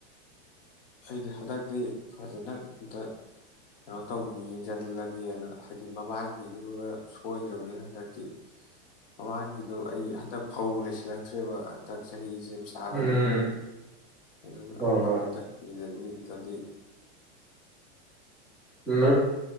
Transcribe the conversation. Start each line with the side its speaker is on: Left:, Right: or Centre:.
Left: ꯑꯩꯗꯤ ꯍꯟꯗꯛꯇꯤ ꯐꯖꯅ ꯑꯝꯇ ꯀꯩꯅꯣ ꯇꯧꯈꯤ ꯌꯦꯡꯁꯤꯜꯂꯒꯦꯅ ꯍꯥꯏꯗꯤ ꯃꯃꯥꯡꯒꯤꯗꯨꯒ ꯁꯣꯏꯈ꯭ꯔꯕꯅꯤꯅ ꯍꯟꯗꯛꯇꯤ ꯃꯃꯥꯡꯒꯤꯗꯨꯣ ꯑꯩ ꯍꯟꯗꯛ ꯐꯧ ꯂꯩꯁꯤꯜꯂꯛꯇ꯭ꯔꯦꯕ ꯍꯟꯗꯛ ꯆꯍꯤ ꯁꯤꯖꯤꯁꯒꯗꯧꯕꯗꯣ
Centre: ꯎꯝ
Left: ꯟ
Centre: ꯍꯣꯏ ꯍꯣꯏ
Left: ꯌꯦꯕꯕꯗꯤ
Centre: ꯎ